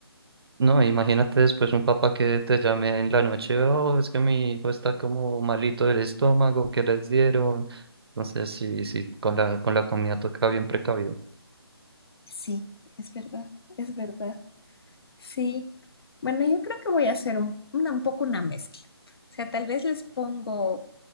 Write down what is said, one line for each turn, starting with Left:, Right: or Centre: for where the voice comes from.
Right: No, imagínate después un papá que te llame en la noche, oh, es que mi hijo está como malito del estómago, que les dieron. Entonces, sí, sí, con la, con la comida toca bien precavido.
Left: Sí, es verdad, es verdad. Sí, bueno, yo creo que voy a hacer un, una- un poco una mezcla. O sea, tal vez les pongo